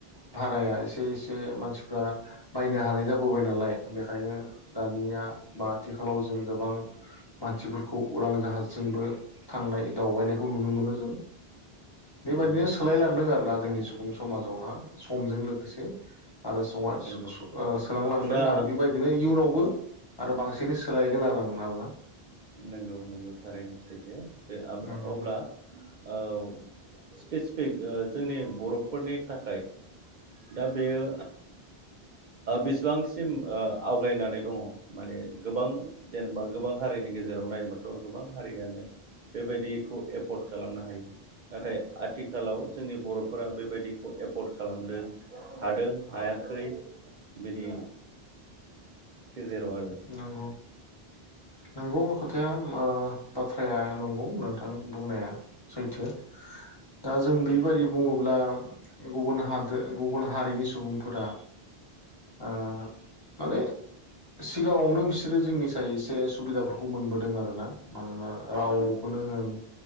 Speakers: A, on the left; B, on the right.
A: भाराया एसे एसे मानसिफ्रा बायनो हानाय जाबोबाय नालाय बेखायनो दानिया बा आथिखालाव जों गोबां मानसिफोरखौ उरां जाहाजजोंबो थांनाय दावबायनायखौ नुनो मोनो जों। बेबायदिनो
B: नंगौ
A: सोलायलांदों आरोना जोंनि सुबुं समाजावहा समजों जों लोगोसे आरो सम
B: नंगौ
A: <inaudible> सोदांलांदों
B: दा
A: आरो बेबायदिनो इयुनावबो आरो बांसिनै सोलायगोन आरो आङ <inaudible> आरोना
B: नंगौ नंगौ थारैनो सैथो <inaudible>
A: नंगौ
B: अब्ला औ स्पेसिफिक जोंनि बर'फोरनि थाखाय दा बेयो बेसेबांसिम ओ आवगायनानै दङ माने गोबां जेनेबा गोबां हारिनि गे जेराव नायोबाथ' गोबां हारियानो बेबायदिखौ एफर्ड खालामनो हायो नाथाय आथिखालाव जोंनि बर'फोरा बेबायदिखौ एफर्ड खालामदों हादों हायाखै बिनि गेजेराव आरो
A: नंगौ नंगौ खोथाया ओ बाथ्राया नंगौ नोंथां बुंनाया सैथो दा जों बेबायदि बुङोब्ला गुबुन हादो गुबुन हारिनि सु सुबुंफोरा ओ माने सिगाङावनो बिसोरो जोंनि साय एसे सुबिदाफोरखौ मोनबोदों आरो ना मानोना रावखौनो
B: नंगौ
A: होन